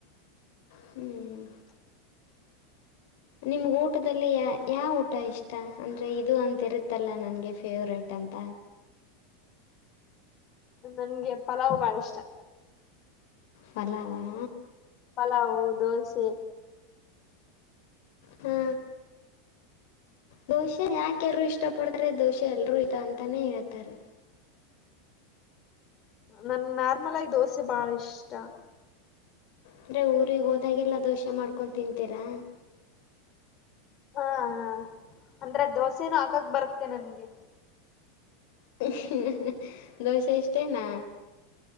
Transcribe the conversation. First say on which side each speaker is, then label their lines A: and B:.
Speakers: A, on the left; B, on the left.
A: ಹ್ಮ್. ನಿಮ್ಗೆ ಊಟದಲ್ಲಿ ಯ ಯಾವ ಊಟ ಇಷ್ಟ ಅಂದ್ರೆ ಇದು ಅಂತರುತ್ತಲ್ಲ ನನಗೆ ಫೇವ್ರೇಟ್ ಅಂತ.
B: ನನ್ಗೆ ಪಲಾವ್ ಬಾಳ್ ಇಷ್ಟ.
A: ಪಲಾವ್ ಹಾ.
B: ಪಲಾವು, ದೋಸೆ.
A: ಹಾ ದೋಶೇ. ಯಾಕ ಎಲ್ರು ಇಷ್ಟ ಪಡ್ತಾರೆ ದೋಷೆ ಎಲ್ಲರೂ ಇ ಅಂತಾನೇ ಹೇಳ್ತಾರೆ.
B: ನನ್ ನಾರ್ಮಲ್ ಆಗಿ ದೋಸೆ ಬಾಳ ಇಷ್ಟ.
A: ಅಂದರೆ ಊರಿಗೆ ಹೋದಾಗೆಲ್ಲ ದೋಸೆ ಮಾಡ್ಕೊಂಡ ತಿಂತೀರಾ.
B: ಹಾ ಹ ಅಂದ್ರೆ ದೋಸೆನು ಹಾಕಕ್ ಬರುತ್ತೆ ನನ್ಗೆ.
A: ಹೂ ಹೂ ದೋಸೆ ಇಷ್ಟೇನಾ.